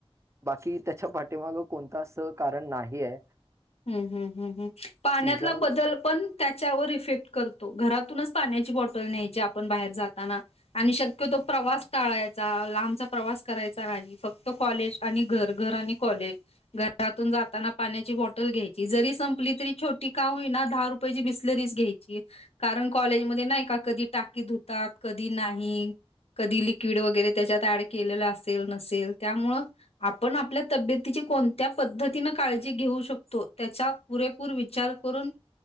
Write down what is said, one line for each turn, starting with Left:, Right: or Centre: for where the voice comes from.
Right: बाकी त्याच्या पाठीमाग कोणता अस कारण नाहीये.
Left: हम् हम् हम् हम् पाण्यातला
Right: सीझन
Left: बदल पण त्याच्यावर इफेक्ट करतो घरातूनच पाण्याची बॉटल न्यायची आपण बाहेर जाताना. आणि शक्य तो प्रवास टाळायचा लांबचा प्रवास करायचा काजी फक्त कॉलेज आणि घर घर आणि कॉलेज घरातून जाताना. पाण्याची बॉ ल घ्यायची जरी संपली तरी छोटी का होईना दहा रुपयाची बिसलरीच घ्याय कारण कॉलेजमध्ये नाही. का कधी टाकी धुतात कधी नाही कधी लिक्विड वगैरे त्याच्यात ऍड केलेलं असेल नसेल त्यामुळं आपण आपल्या तब्येतीची कोणत्या पद्धतीन काळजी घेऊ शकतो. तो त्याचा पुरेपूर विचार करून